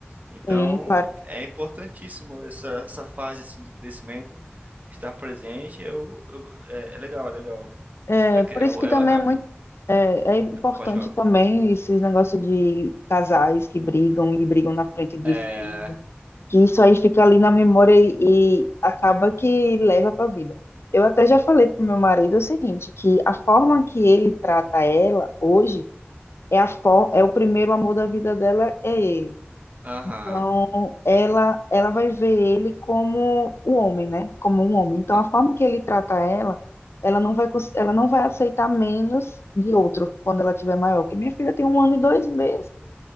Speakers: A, on the right; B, on the left.
A: Então,
B: sim, claro.
A: é importantíssimo essa, essa fase, assim, de crescimento, estar presente, eu, eu- é, é legal, é legal.
B: É,
A: Você tá, cre-
B: por isso
A: eu,
B: que
A: eu-
B: também
A: na,
B: é muito, é, é importante
A: pode falar.
B: também esse negócio de casais que brigam e brigam na frente de
A: É,
B: filhos que isso aí fica ali na memória e, e acaba que leva para a vida. Eu até já falei pro meu marido o seguinte, que a forma que ele trata ela hoje é a for, é o primeiro amor da vida dela é ele.
A: aham,
B: Então, ela ela vai ver ele como o homem, né? Como um homem. Então,
A: ah,
B: a forma que ele trata ela, ela não vai cons- ela não vai aceitar menos de outro quando ela tiver maior. Porque minha filha tem um ano e dois meses.